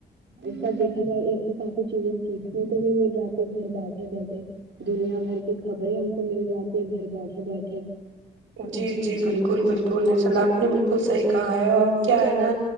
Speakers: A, on the right; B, on the right.
A: ایسب دیکھا جائے اس سے کافی چیزیں سیکھنے کو نہیں مل جاتی گھر بیٹھے بیٹھے دنیا بھر کی خبریں ہم کو مل جاتی ہے گھر بیٹھے بیٹھے
B: جی جی بالکل بالکل ان شاء اللہ آپ نے بالکل صحیح کہا ہے اور کیا ہے نا